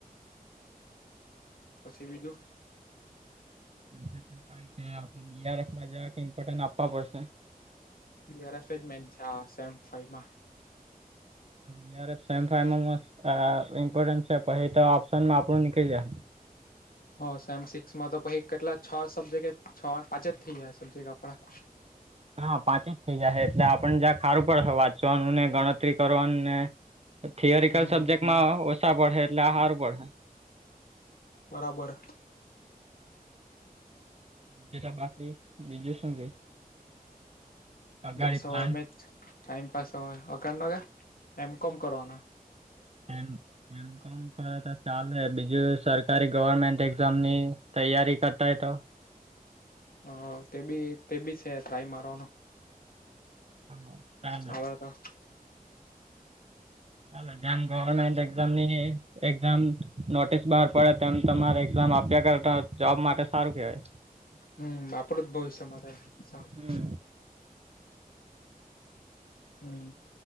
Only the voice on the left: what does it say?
પછી બીજું
બરફનેમાઈમાં
હ સેમ સિક્સમાં તો પછ કેટલા છ સબ્ેક્ટ છ પાંચે જ થઈ જયા સબ્જેક્ટ આપડા
હમ
બરાબર
બસ હ
એમ જ ટાઈમપાસ હો અગાર ન ગ એમ કોમ કરવાના
હ તે બી તે બી છે ટ્રાય મારવાનું
આવે તો
હમ આપડું જ ભવિષ્યમાં સારું
હમ